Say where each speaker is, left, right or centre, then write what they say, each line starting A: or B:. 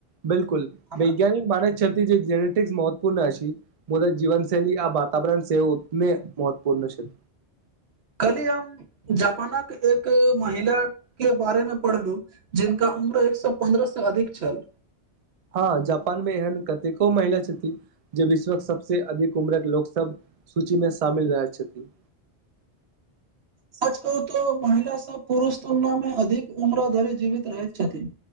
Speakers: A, on the right; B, on the right.
A: बिल्कुल
B: हमरा
A: वैज्ञानिक मानय छथि जे जेनेटिक महत्वपूर्ण आछि मुदा जीवन शैली आ वातावरण सेहो उतने महत्वपूर्ण छैय।
B: कल्हि हम जापानक एक महिला के बारे मे पढ़ल जिनका उम्र एक स पन्द्रह स अधिक छल
A: हँ जापान मे एहन कतेको महिला छथिन जे विश्वक सबसॅं अधिक उम्रक लोक सब सूची मे शामिल रहैत छथिन
B: सच कहू तऽ महिला सब पुरुष तुलना मे अधिक उम्रा धरि जीवित रहैत छथिन